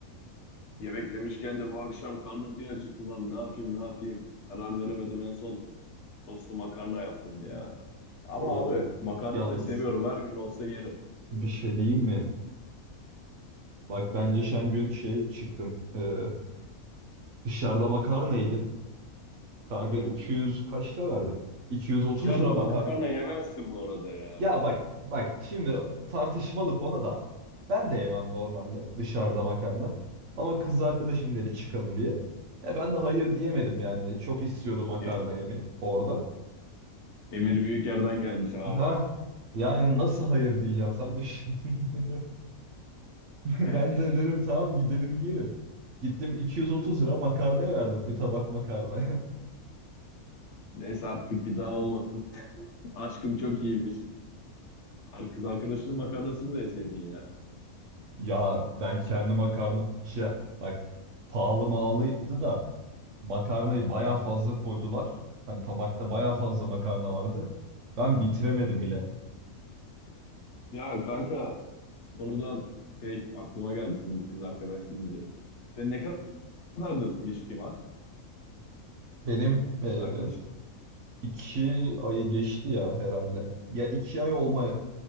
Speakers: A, on the left; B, on the right.
A: Yemek demişken de bu akşam karnım bir acıktı lan. Ne yapayım ne yapayım? Karar veremedim en son Tostlu makarna yaptım ya. Ama
B: O
A: abi makarnayı
B: yalnız
A: da seviyorum. Her gün olsa yerim.
B: bir şey diyeyim mi? Bak ben
A: Hı.
B: geçen gün şey çıktım. Ee, dışarıda makarna yedim. Kanka
A: Evet.
B: 200 kaç lira verdim? 230
A: Dışarıda
B: lira makarna.
A: da makarna yemezsin bu arada ya.
B: Ya bak bak şimdi tartışmalı konu da. Ben de yemem normalde dışarıda makarna. Ama kız arkadaşım dedi çıkalım diye. E ben de hayır diyemedim yani. Çok istiyordum makarna
A: E-
B: yemeyi orada.
A: Emir Büyüker'den gelmiş abi.
B: Aha. Yani nasıl hayır diyeceksin sen düşün. <laughs> Ben
A: <laughs>
B: de dedim tamam gidelim yiyelim. Gittim 230 lira makarnaya verdim bir tabak makarna. <laughs>
A: Neyse artık bir daha olmasın. Aşkım çok iyiymiş. Ar- Kız arkadaşının makarnasını da yeseydin ya.
B: Ya ben kendi makarna şey bak pahalı mahalıydı da makarnayı baya
A: Hı.
B: fazla koydular. Hani tabakta baya fazla makarna vardı. Ben bitiremedim bile.
A: Ya kanka konudan şey aklıma geldi şimdi kız arkadaş deyince. Sen ne kadardır ilişkin var
B: Benim e,
A: kız arkadaş?
B: iki ayı geçti ya herhalde. Ya iki ay olma